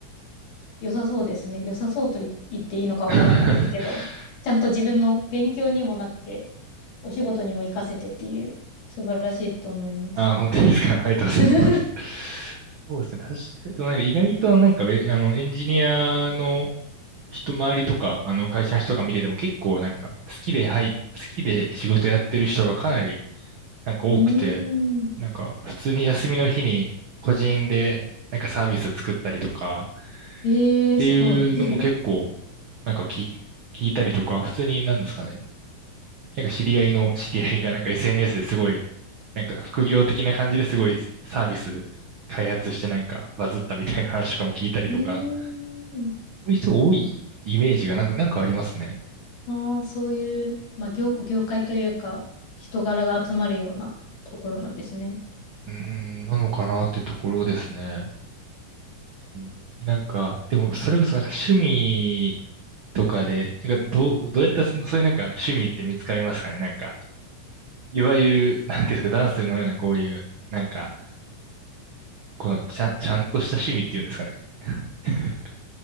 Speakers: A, on the left; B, on the right.
A: 良さそうですね。良さそうと言言っていいのかわからないですけど、
B: <laughs>
A: ちゃんと自分の勉強にもなって、お仕事にも活かせてっていう、素晴らしいと思います。
B: あ、本当ですか。<laughs> ありがとうございます。
A: <laughs> う
B: そうですね。確かに。でもなんか意外となんかウェ、あの、エンジニアの人周りとか、あの、会社の人とか見てても結構なんか好きで、はい、好きで仕事やってる人がかなりなんか多くて、
A: ーん。
B: なんか普通に休みの日に個人でなんかサービス作ったりとか
A: ええー、
B: っていうのも結構
A: すごい。う
B: なんかき聞いたりとか、普通になんですかね。なんか知り合いの知り合いがなんか SNS ですごい、なんか副業的な感じですごいサービス開発してなんかバズったみたいな <laughs> 話とかも聞いたりとか、
A: ーん。
B: そういう人が多いイメージがなんか、なんかありますね。
A: ああ、そういう、まあ、業、業界というか、人柄が集まるようなところなんですね。
B: うーん、なのかなってところですね。うんなんか、でもそれこそなんか趣味とかで、なんかどう、どうやったらそそういうなんか趣味って見つかりますかねなんか、いわゆる、なんていうんですか、ダンスのようなこういう、なんか、このちゃん、ちゃんとした趣味っていうんですかね。<laughs>